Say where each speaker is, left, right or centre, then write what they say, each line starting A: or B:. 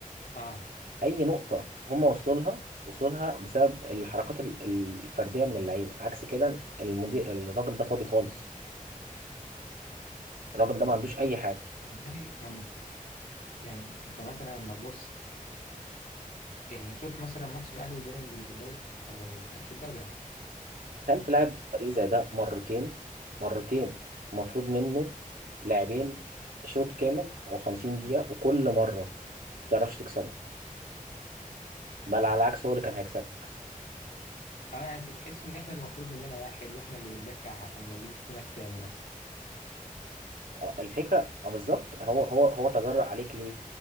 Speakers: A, on the left; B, on the right.
A: اه
B: اي نقطة هم وصلوا لها وصلوا لها بسبب الحركات ال- ال- الفردية من اللعيبة عكس كده المدير الراجل ده فاضي خالص الراجل ده ما عندوش اي حاجة
A: والله يعني يعني انت مثلا لما تبص يعني شفت مثلا ماتش الاهلي وبيراميدز اللي في الدوري ولا اللي كان- في الدوري اه
B: كان تلعب فريق زي ده مرتين مرتين مطلوب منه لاعبين شوط كامل او 50 دقيقة وكل مرة ما تعرفش تكسبه بل على العكس هو اللي كان هيكسبك
A: اه يعني انت تحس ان احنا اللي مطلوب مننا واحد واحنا اللي بندافع عشان ما يجيبوش فينا التاني مثلا
B: آه، الفكره آه، بالظبط هو هو هو تجرأ عليك ليه؟